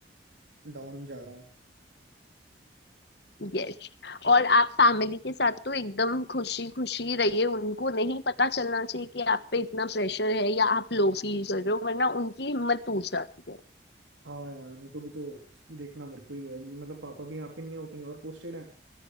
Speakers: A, on the right; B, on the left.
A: डाउन जा रहा हूँ।
B: यस और आप फैमिली के साथ तो एकदम खुशी खुशी रहिए उनको नहीं पता चलना चाहिए कि आप पे इतना प्रेशर है या आप लो फील कर रहे हो वरना उनकी हिम्मत टूट जाती है
A: हाँ यार उनको भी तो देखना मेरे को ही है अभी मतलब पापा भी यहाँ पे नहीं है वो कहीं और पोस्टेड है